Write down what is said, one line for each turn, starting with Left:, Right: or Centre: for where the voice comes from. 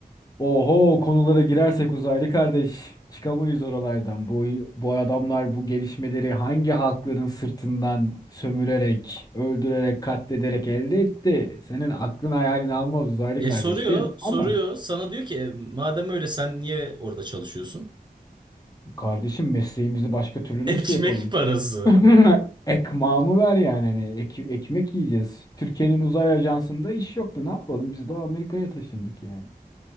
Left: Oho konulara girersek uzaylı kardeş çıkamayız oralardan. Bu bu adamlar bu gelişmeleri hangi halkların sırtından sömürerek, öldürerek, katlederek elde etti? Senin aklın hayalin almaz uzaylı
Right: E
Left: kardeş
Right: soruyor,
Left: derim.
Right: soruyor.
Left: Ama
Right: Sana diyor ki "E, madem öyle sen niye orada çalışıyorsun?
Left: kardeşim mesleğimizi başka
Right: <laughs>
Left: türlü
Right: Ekmek
Left: nasıl yapalım?
Right: parası.
Left: <laughs> Ekmağımı ver yani hani ek- ekmek yiyeceğiz. Türkiye'nin uzay ajansında iş yoktu. Ne yapalım? Biz de Amerika'ya taşındık yani.